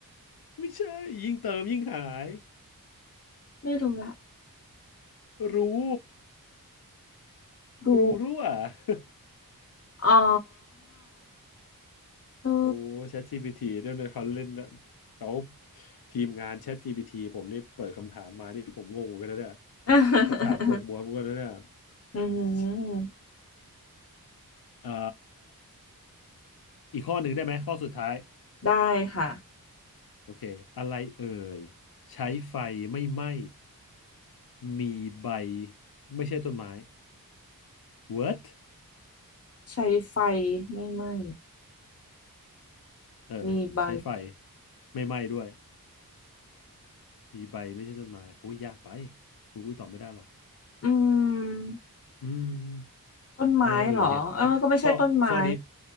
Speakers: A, on the left (about 80°); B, on the left (about 40°).
A: ไม่ใช่ยิ่งเติมยิ่งหาย
B: ไม่รู้ละ
A: รู้
B: รู้
A: รู้รั่ว <laughs>
B: อ๋อรู
A: โอ้ ChatGPT ด้วยนะเขาเล่นเขาทีมงาน ChatGPT ผมนี่เปิดคำถามมานี่ผมงงเหมือนกันนะเนี่ย
B: <laughs>
A: คำถามปวดหัวเหมือนกันนะเนี่ย
B: ออืม
A: เอ่อ อีกข้อหนึ่งได้ไหมข้อสุดท้าย
B: ได้ค่ะ
A: โอเคอะไรเอ่ยใช้ไฟไม่ไหม้มีใบไม่ใช่ต้นไม้ What
B: ใช้ไฟไม่ไหม้
A: เออใช้ไฟ
B: มีใบ
A: ไม่ไหม้ด้วยมีใบไม่ใช่ต้นไม้อุ้ยยากไปอุ้อุ้ยตอบไม่ได้หรอก
B: อืม
A: อืม
B: ต้นไม้เหรอเออก็ไม่ใช่ต้นไม้
A: อะไรเอ่ยเนี่ยข้อข้อข้อนี้